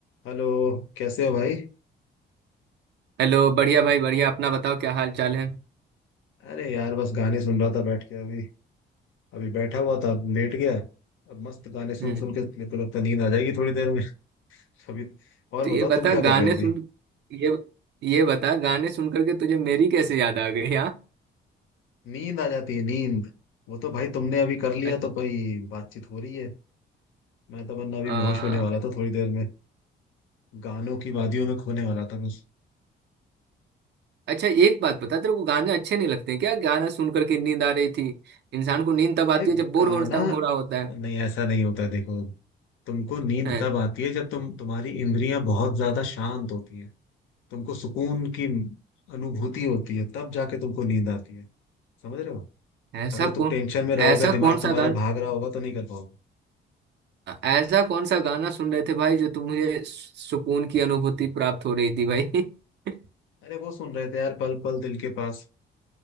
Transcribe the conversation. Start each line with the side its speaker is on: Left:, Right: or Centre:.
Left: Hello कैसे हो भाई
Right: Hello बढ़िया भाई बढ़िया अपना बताओ क्या हाल चाल है
Left: अरे यार बस गाने सुन रहा था बैठ के अभी अभी बैठा हुआ था लेट गया अब मस्त गाने सुन
Right: हम्म
Left: सुन के मेरे को लगता है नींद आ जाएगी थोड़ी देर में <laughs> अभी और
Right: तो ये
Left: बताओ
Right: बता
Left: तुम क्या कर
Right: गाने
Left: रहे हो अभी
Right: सुन ये ये बता गाने सुन करके तुझे मेरी कैसे याद आ गई हाँ
Left: नींद आ जाती है नींद वो तो भाई तुमने अभी कर लिया
Right: अच-
Left: तो भाई बातचीत हो रही है मैं तो वरना अभी
Right: आ,
Left: बेहोश होने वाला था थोड़ी देर में गानों की वादियों में खोने वाला था बस
Right: अच्छा एक बात बता तेरे को गाने अच्छे नहीं लगते क्या गाना सुन करके नींद आ रही थी इंसान को नींद तब आती
Left: अरे
Right: है जब बोर
Left: गाना
Right: हो रहा हो रहा होता है
Left: नहीं ऐसा नहीं होता देखो तुमको नींद
Right: हैं?
Left: तब आती है जब तुम तुम्हारी इंद्रियां बहुत ज्यादा शांत होती है तुमको सुकून की अनुभूति होती है तब जाके तुमको नींद आती है समझ रहे हो
Right: ऐसा
Left: अगर तुम
Right: कौन
Left: टेंशन में रहोगे
Right: ऐसा
Left: दिमाग
Right: कौन
Left: तुम्हारा
Right: सा गाना
Left: भाग रहा होगा तो नहीं कर पाओगे
Right: ऐसा कौन सा गाना सुन रहे थे भाई जो तुम मुझे सु- सुकून की अनुभूति प्राप्त हो रही थी भाई <laughs>
Left: अरे वो सुन रहे थे यार पल पल दिल के पास